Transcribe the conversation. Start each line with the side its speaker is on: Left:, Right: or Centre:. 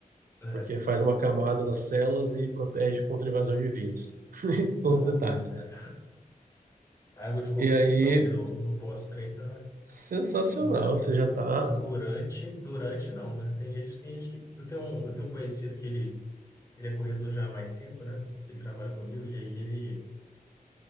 Left: É,
Right: porque faz uma camada nas células e protege contra a invasão de vírus. <laughs>
Left: não,
Right: Todos os detalhes,
Left: é.
Right: né?
Left: A água de coco
Right: E
Left: eu
Right: aí,
Left: sempre tomo ali no, no pós-treino, né?
Right: sensacional,
Left: Mas
Right: você já tá.
Left: durante, durante não, né? Tem gente, tem gente que. Eu tenho um, eu tenho um conhecido que ele, ele é corredor já há mais tempo, né? Ele trabalha comigo e aí ele,